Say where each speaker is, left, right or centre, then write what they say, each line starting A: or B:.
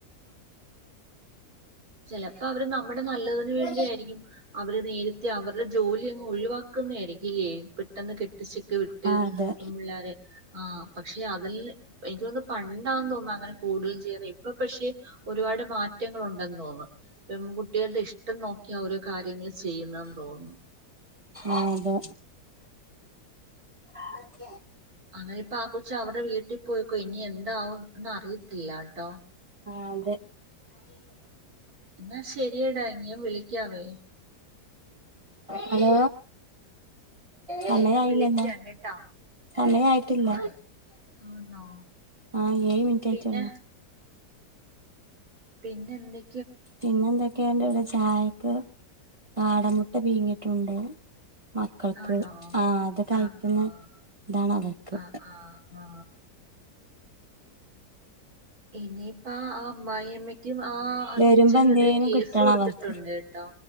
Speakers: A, on the right; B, on the right.
A: ചിലപ്പോ അവര് നമ്മ നമ്മുടെ നല്ലതിന് വേണ്ടിയാരിക്കും
B: ആ
A: അവര് നേരത്തെ അവർ ഒരു ജോലി ലിയങ്ങ് ഒഴിവാക്കുന്ന ആയിരിക്കില്ലേ പെട്ടെന്ന് കെട്ടിച്ചൊക്കെ വിട്ട്
B: അതെ
A: പിള്ളേരെ ആ പക്ഷെ അതില് എനിക്ക് തോന്നുന്നു പണ്ടാ തോന്നുന്നു അങ്ങനെ കുടുതൽ ചെയ്യുന്ന ഇപ്പ പക്ഷെ ഒരുപാട് മാറ്റങ്ങളു ണ്ടെന്ന് തോന്നെ പെകുട്ട്യേൾടെ ഇഷ്ടം നോക്കി ഓരോ കാര്യങ്ങള് ചെയ്യുന്നെന്ന് തോന്നു
B: അതെ അതെ
A: അങ്ങനെ ഇപ്പൊ ആ കൊച്ച് അവര്ടെ വീട്ടിൽ പോയേക്കാ ഇനി എന്താവുംന്ന് അറിയത്തില്ല ട്ടോ
B: ആ അതെ
A: എന്നാ ശരിയടാ ഞാൻ വിളി ക്കാവേ
B: ഹലോ സമയായില്ലല്ലൊ
A: ഞാൻ വിളിക്കാം കേട്ടാ
B: സമയായിട്ടില്ല
A: ഭയ- ആണോ
B: ആഹ് ഏഴ് മിൻറ്റായിട്ടൊള്ളു
A: പിന്നെ പിന്നെന്തേ
B: പിന്നെ എന്തൊക്കേണ്ട് ഇവിടെ ചായ ക് കാടമുട്ട പീങ്ങിട്ടുണ്ട്‌ മക്കൾക്ക്
A: ആണോ
B: ആഹ് അത് കഴിക്കുന്ന
A: ആ ആ
B: ഇതാണ് അവർക്ക്
A: ആ ആ ആ ഇനിപ്പാ ആ അമ്മായിയമ്മ ക്കും ആ അച്ഛനും
B: വരുമ്പോ എന്തേലും
A: എതിരെ കേസ്
B: കിട്ടണം
A: കൊടുത്തിട്ടുണ്ട്
B: അവർക്ക്
A: ട്ടോ